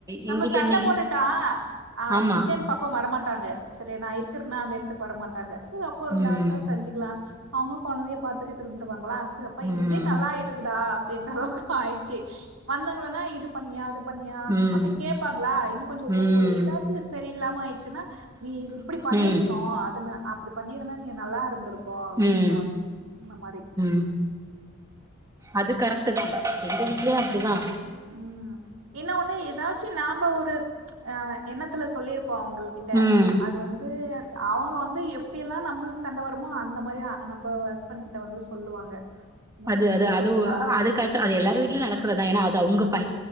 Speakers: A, on the right; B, on the right.
A: நம்ம
B: எங்க வீட்ல
A: சண்ட
B: இன்னைக்கு
A: போட்டுட்டா அ
B: ஆமா
A: கிச்சன் பக்கொ வரமாட்டாங்க சரியா நா இருக்கறது னா அந்த எடத்துக்கு வர மாட்டாங்க சரி அப்போ ரிலாக்ஸா
B: ம்
A: செஞ்சுக்கலா அவங்க கொழந்தைய பாத்துகிட்டு இருந்துறுவாங்களா செ அப்ப
B: ம்
A: இதே நல்லா இருக்குடா அப்டின்ற அளவுக்கு ஆயிச்சு வந்தாங்களன்னா இது பண்ணியா அது பண்ணியா
B: ம்
A: அப்டி கேப்பாங்களா இன்னு கொஞ்சொ உப்பு
B: ம்
A: போடு ஏதாச்சு செரியில்லாம ஆயி ச்சுன்னா நீ இது இப்டி பண்ணிருக்குணு
B: ம்
A: அது நா அப்டி பண்ணிருந்தா நீ நல்லா இருந்திருக்கு அப்டின்னுவாங்க
B: ம்
A: அந்த மாரி
B: ம் அது கரெக்ட் தா எங்க வீட்லயு அப்டிதா
A: ம் இன்னொ ஒண்ணு ஏதாச்சு நாம்ப ஒரு அ எண்ணத்துல சொல்லிருப் போ அவங்கள் கிட்ட
B: ம்
A: அது வந்து அவங்க வந்து எப் எப்டியெல்லா நம்பளுக்கு சண்ட வருமோ அந்த மாரிதா நம்ப ஹஸ்பண்ட் கிட்ட வந்து சொல்லுவாங்க இந்த
B: அது
A: மாதிரி
B: அது
A: சொல்றா
B: அதுவு அது கரெக்ட் அது எல்லாரரு வீடிலு நடக்கறதா ஏன்னா அது அவங்க ப